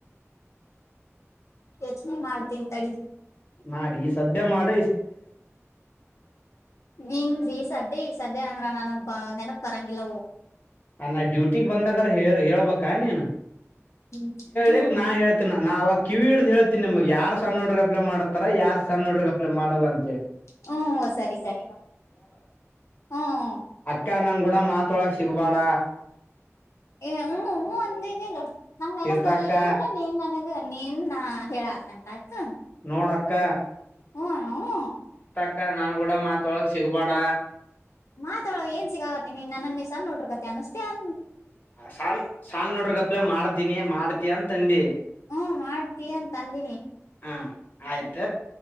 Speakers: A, on the left; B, on the left.
A: ಯೋಚನೆ ಮಾಡ್ತನ್ ತಡಿ
B: ಮಾಡಿ ಈ ಸದ್ಯ ಮಾಡ
A: ನೀಂಗ ರೀ ಸರ್ದಿ ಸದ್ಯ ಅಂದ್ರ ನನಗ್ ನೆನಪ ಬರಂಗಿಲ್ಲ
B: ಅ ನಾ ಡ್ಯೂಟಿಗ್ ಬಂದಾಗರ ಹೇಳ ಹೇಳ್ಬ ನೀನ್
A: ಹ್ಮ್ ಹ್ಮ್
B: ಹಕ್ ನಾ ಹೇಳ್ತೇನ ನಾ ಅವಾಗ ಕಿವಿ ಹಿಡ್ದ ಹೇಳ್ತಿ ನಿಮ್ಗ್ ಯಾರ್ ಸಣ್ಣೋಡ್ರಗ್ ಅಪ್ಲ ಮಾಡ್ತಾರ ಯಾರ ಸಣ್ಣೋಡ್ರಗ್ ಅಪ್ಲ ಮಾಡಲ್ಲ ಅಂತ ಹೇಳಿ
A: ಹ್ಮ ಸರಿ ಸರಿ ಹ್ಮ
B: ಕಾರಣಂಗ್ ಕೂಡ ಮಾತೊಳ ಸಿಗಬೇಡ
A: ಏ ಹ್ಮೂ ಹೂ ಒಂದನಿಲ್ಲ ನಂಗ ನೆನಪ
B: ತೀರ್ಥಕ್ಕ
A: ಬರ್ಲಿಲ್ಲ ಅಂದ್ರ ನೀನ್ ನನಗ ನೀನ್ ಹೇಳಾಕಂತ ಆಯ್ತು
B: ನೋಡಕ್ಕ
A: ಹ್ಮ್ ಹ್ಮ್
B: ಅಕ್ಕ ನಾನು ಕೂಡ ಮಾತೊಳಗ್ ಸಿಗ್ಬೇಡ
A: ಮಾತಾ ಒಳಗ್ ಏನ್ ಸಿಕ್ಕಾಗತ್ತ ನೀನ್ ನಂಗೆ ನಿಸ್ ನೋಡ್ರರು ಕತೆ ಅಸಸ್ತತೆ ಅ
B: ಸ ಸಣ ನೋಡ್ರಗಪ್ಲ ಮಾಡ್ತೀನಿ ಮಾಡ್ತಯಂತ ತಂದಿ
A: ಹ್ಮ ಮಾಡ್ತಿ ಅಂತ ಅಂದಿನಿ
B: ಹಾ ಆಯ್ತ